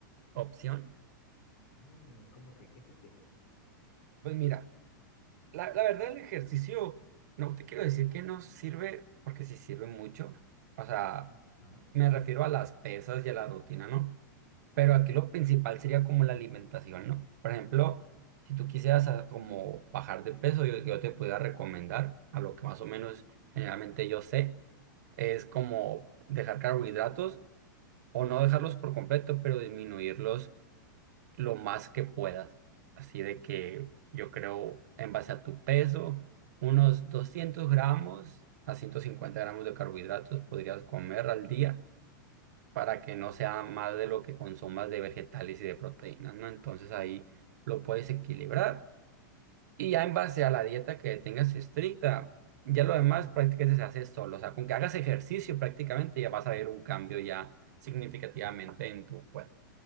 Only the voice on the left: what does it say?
Mm, ¿cómo que qué sugieres?
Ajá.